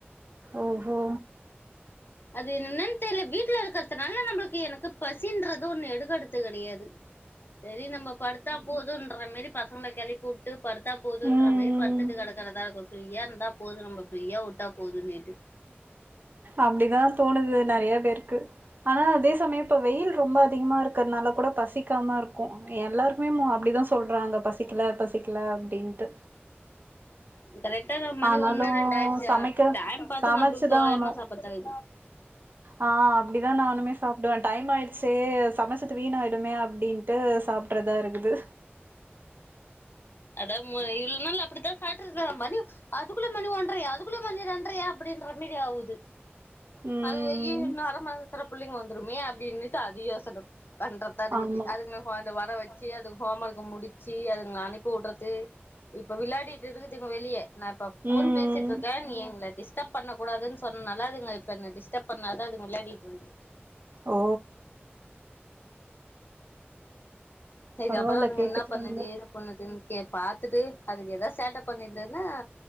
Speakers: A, on the right; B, on the left.
A: ஓஹோ
B: அது என்னன்னு தெரியல வீட்டுல இருக்கறதுனால நம்மளுக்கு எனக்கு பசின்றது ஒன்னு எடுக்ககிறது கெடையாது சேரி நம்ம படுத்தா போதும்யின்ற மாதிரி பசங்கள கெழப்பிவிட்டு படுத்து படுத்தா போதும்யின்று
A: ம்
B: மாரி படுத்துட்டு கெடைக்கிற தா இருக்கும் ஃப்ரீயா இருந்தா போது நம்ம ஃபிரியா விட்டா போதுமேட்டு
A: அப்டிதா தோணுது நெறையா பேருக்கு ஆனால் அதேசமயம் இப்போ வெயில் ரொம்ப அதிகமாக இருக்கிறதுனால கூட பசிக்காம இருக்கு எல்லாருமே ம அப்டிதா சொல்றாங்க பசிக்கல பசிக்கல அப்டின்ட்டு
B: கரெக்டா நம்ம மணி
A: ஆனாலு
B: ஒண்ணு ரெண்டாயிரச்சு
A: சமைக்க
B: டைம் பாத்து
A: சமைச்சுதா
B: நம்மளுக்கு தோராயமா
A: ஆகணு
B: சாப்டுறது
A: ஆ அப்டிதா நானுமே சாப் விடுவோ டைம் ஆயிடுச்சு சமச்சது வீணாயிடுமே அப்டின்ட்டு சாப்டுறதா இருக்து
B: அதா மு இல்னாலு அப்டிதா சாப்ட்டு இருந்தோ மணி அதுக்குள்ளே மணி ஒன்றையா அதுக்குள்ளே மணி ரெண்ட்றையா அப்டின்ற மாதி ஆவுது
A: ம்
B: அது இவி நானு மறந் அத்தன புள்ளைங்க வந்துருமே அப்டின்னுட்டு அது யோசன பண்றதா இருக்குது
A: ஆமா
B: அதுக்குனு வந்து வர வச்சு யி அது ஹோம் ஒர்க்க முடிச்சு அதுங்கள அனுப்பி வுட்றது இப்ப விளாடிட்டு இருக்குதுங்க வெளிய நா இப்ப
A: ம்
B: போன் பேசிட்ருக்கே நீ எங்கள டிஸ் டிஸ்டப் பண்ணக்கூடாதுன் சொன்னனால அதுங்க இப்ப என்ன டிஸ்டப் பண்ணாது அதுங்க விளாடிட் இருக்குது
A: ஓ
B: சேரி
A: பரவால்ல
B: அப்பதா அதுங்க
A: கேட்டுக்கறாங்க
B: என்ன பண்ணுது பண்ணுதுன் கே பாத்துட்டு அதுக ஏதாது சேட்ட பண்ணிருந்துன்னா